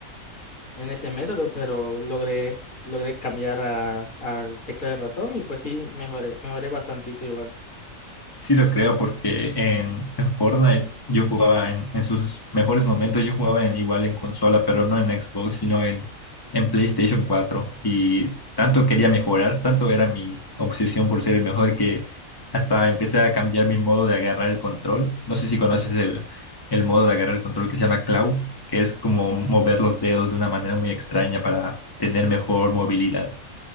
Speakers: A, on the left; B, on the left.
A: en ese método, pero logré, logré cambiar a, al teclado de ratón y pues sí, mejoré, mejoré bastantito igual.
B: Sí lo creo porque en, en Fortnite yo jugaba en, en sus mejores momentos, yo jugaba en, igual en consola, pero no en Xbox, sino en, en PlayStation cuatro Y tanto quería mejorar, tanto era mi obsesión por ser el mejor que hasta empecé a cambiar mi modo de agarrar el control. No sé si conoces el, el modo de agarrar el control que se llama claw, que es como mover los dedos de una manera muy extraña para tener mejor movilidad.